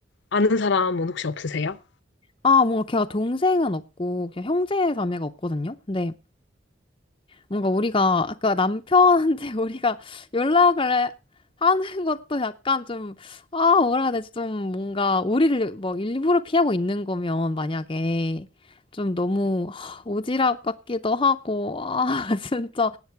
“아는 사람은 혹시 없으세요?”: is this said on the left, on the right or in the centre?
Left